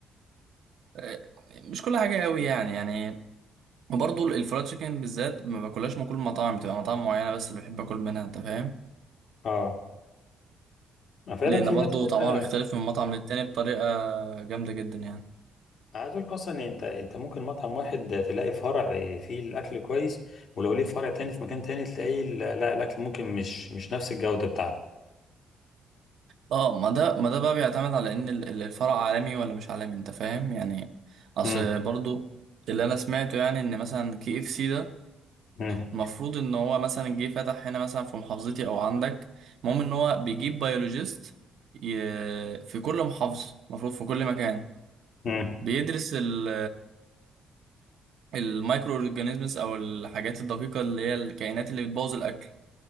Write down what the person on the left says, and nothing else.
اه فعلا
في
ناس كده
عايز اقول لك اصلا ان انت انت ممكن مطعم واحد تلاقي فرع فيه الاكل كويس ولو ليه فرع تاني في مكان تاني تلاقيه لا لا، الاكل ممكن مش مش نفس الجودة بتاعته
مم.
مم.
مم.